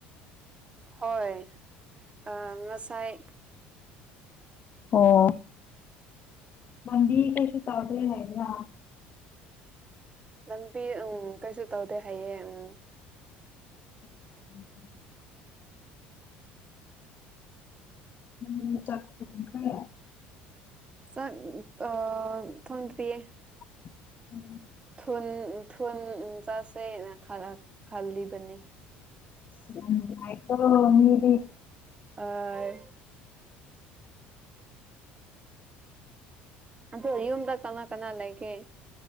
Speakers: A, on the right (about 25°); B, on the left (about 40°).
A: ꯍꯣꯏ ꯑ ꯉꯁꯥꯏ
B: ꯑꯣ ꯂꯝꯕꯤ ꯀꯦꯁꯨ ꯇꯧꯗꯦ ꯍꯥꯢꯕ꯭ꯔꯥ
A: ꯂꯝꯕꯤ ꯎꯝ ꯀꯩꯁꯨ ꯇꯧꯗꯦ ꯍꯥꯏꯑꯦ ꯎꯝ
B: ꯥ <unintelligible> ꯎꯝ ꯆꯛ ꯊꯣꯡꯈ꯭ꯔꯦ
A: ꯆꯠ ꯑ ꯊꯣꯡꯗꯔꯤꯌꯦ
B: <unintelligible>
A: ꯊꯨꯟ ꯊꯨꯟ ꯆꯠꯁꯦꯅ ꯈꯜꯂ ꯈꯜꯂꯤꯕꯅꯦ
B: ꯅꯨꯡꯉꯥꯥꯏꯀꯣ ꯃꯤꯗꯤ
A: ꯑꯥ ꯑꯗꯣ ꯌꯨꯝꯗ ꯀꯅꯥ ꯀꯅꯥ ꯂꯩꯒꯦ